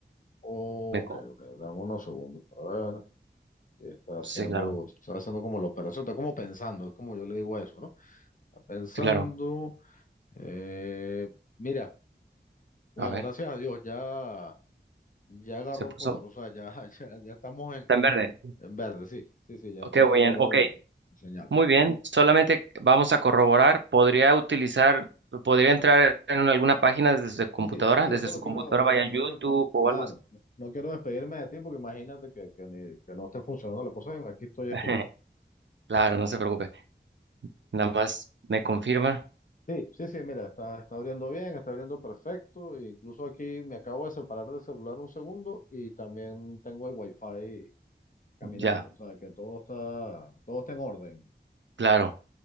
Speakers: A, on the left; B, on the right.
A: ok,
B: me co-
A: ok, dame unos segundos, a ver. que está haciendo,
B: sí, claro,
A: está haciendo como la operación, está como pensando, es como yo le digo a eso, ¿no? Está pensando,
B: sí, claro.
A: eh, mira, bueno,
B: A ver,
A: gracias a Dios, ya, ya agarró
B: se puso,
A: color, o sea, ya, <laughs> ya, ya estamos en,
B: está en verde.
A: en verde, sí, sí, sí, ya
B: Ok,
A: tiene
B: muy
A: el
B: bien,
A: verde
B: ok.
A: el señal.
B: Muy bien, solamente vamos a corroborar. ¿Podría utilizar, podría entrar en alguna página desde computadora?
A: Sí, sí, sí,
B: Desde
A: eso
B: su
A: lo
B: computadora,
A: quiero, no,
B: vaya
A: no,
B: a
A: no
B: YouTube
A: quiero,
B: o
A: claro,
B: algo así.
A: no no quiero despedirme de ti porque imagínate que, que, ni- que no esté funcionando la cosa, aquí estoy escribiendo.
B: <laughs> Claro, no se preocupe. Nada más me confirma.
A: Sí, sí, sí, mira, está, está abriendo bien, está abriendo perfecto. e Incluso aquí me acabo de separar del celular un segundo y también tengo el wifi caminando.
B: Ya,
A: O sea, que todo está, todo está en orden.
B: claro.